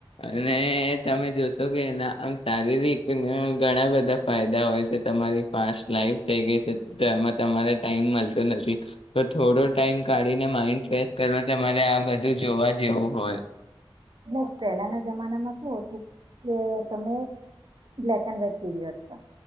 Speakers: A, on the left; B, on the right.
A: અને તમે જોશો કે એના આમ શારીરિક ઘણા બધા ફાયદા હોય છે તમારી ફાસ્ટ લાઈફ થઈ ગઈ છે તેમાં તમારે ટાઈમ મળતો નથી તો થોડો ટાઈમ કાઢીને માઇન્ડ ફ્રેશ કરવા તમારે આ બધું જોવા જેવું હોય
B: ન પહેલાના જમાનામાં શું હતું કે તમે બ્લેક એન્ડ વ્હાઈટ ટીવી હતા